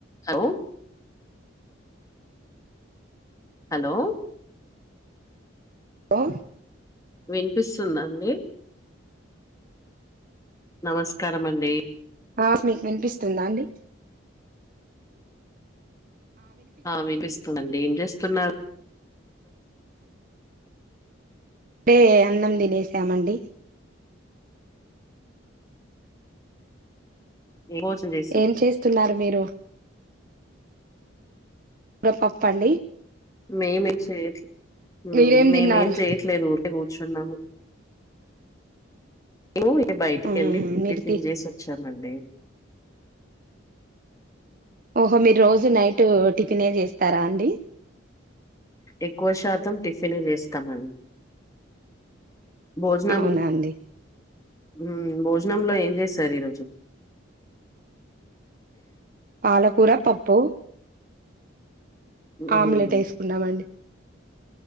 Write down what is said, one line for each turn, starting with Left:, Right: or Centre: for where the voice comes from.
Left: Hello hello
Right: ఓ
Left: వినిపిస్తుందండి? నమస్కారం అండి
Right: ఆ మీకు వినిపిస్తుందా అండి?
Left: ఆ విపిస్తుందండి ఏం చేస్తున్నారు?
Right: టే అన్నం తినేసామండి
Left: ఏం భోజనం చేసాం
Right: ఏం చేస్తున్నారు మీరు? మేం పప్పండి
Left: మేమె చేయట్లే మ్
Right: మీరేం
Left: మేమేం
Right: తిన్నారు
Left: చేయట్లేదు ఊరికె కూర్చున్నాము. ఎమే ఏ బయటికి
Right: మ్మ్
Left: వెళ్ళి టిఫిన్
Right: మీరు తి
Left: చేసి వచ్చామండి.
Right: ఓహో మీరు రోజు నైట్ టిఫిన్ చేస్తారా అండి
Left: ఎక్కువ శాతం టిఫిన్ చేస్తామండి భోజనం
Right: అవునా అండి
Left: మ్ భోజనంలో ఏం చేసారు ఈరోజు?
Right: అలకూర పప్పు
Left: ఉమ్,
Right: ఆమ్లెట్ వేసుకున్నామండి